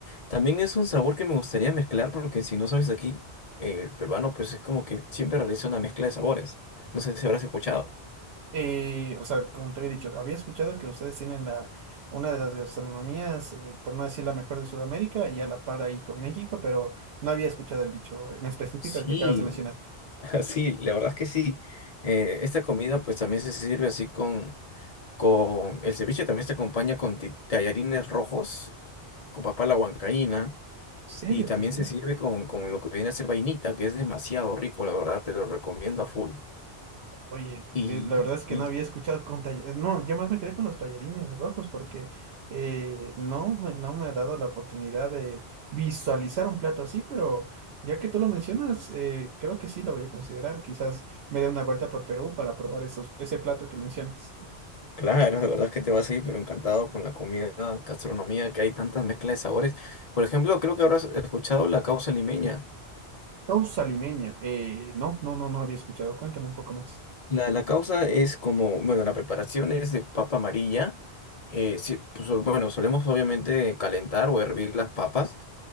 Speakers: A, on the left; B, on the right.
A: también es un sabor que me gustaría mezclar porque si no sabes aquí, eh, el peruano pues es como que siempre realiza una mezcla de sabores. No sé si habrás escuchado.
B: Eh, o sea, como te había dicho, había escuchado que ustedes tienen la, una de las gastronomías, eh, por no decir la mejor de Sudamérica, y a la par ahí con México, pero no había escuchado el dicho en específico
A: Sí,
B: el que acabas de mencionar. ¿En
A: <laughs> Sí, la verdad es que sí. Eh, esta comida pues también se sirve así con, con el ceviche, también se acompaña con ti- tallarines rojos, con papa a la huancaína,
B: serio,
A: y también
B: Taylor?
A: se sirve con, con lo que viene a ser vainita, que es demasiado rico, la verdad, te lo recomiendo a full.
B: Oye,
A: Y,
B: eh, la verdad es que
A: y
B: no había escuchado con tallarines. No, yo más me quedé con los tallarines rojos porque eh, no, me- no me ha dado la oportunidad de visualizar un plato así, pero ya que tú lo mencionas, eh, creo que sí lo voy a considerar. Quizás me dé una vuelta por Perú para probar esos, ese plato que mencionas.
A: claro, la verdad es que te vas a ir pero encantado con la comida, gastronomía, que hay tantas mezclas de sabores. Por ejemplo, creo que habrás escuchado la causa limeña.
B: Causa limeña. eh, no, no, no, no había escuchado. Cuéntame un poco más.
A: La, la causa es como, bueno, la preparación es de papa amarilla. eh, sí, pues, o- bueno, solemos obviamente calentar o hervir las papas.